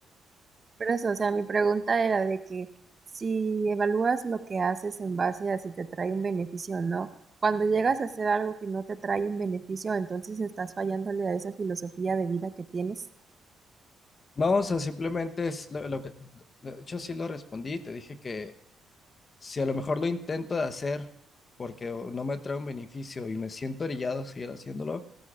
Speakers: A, on the right; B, on the left.
A: Por eso, o sea, mi pregunta era de que si evalúas lo que haces en base a si te trae un beneficio o no, cuando llegas a hacer algo que no te trae un beneficio, entonces estás fallándole a esa filosofía de vida que tienes.
B: No, o sea, simplemente es lo, lo que lo- yo sí lo respondí, te dije que si a lo mejor lo intento de hacer porque o, no me trae un beneficio y me siento orillado a seguir haciéndolo,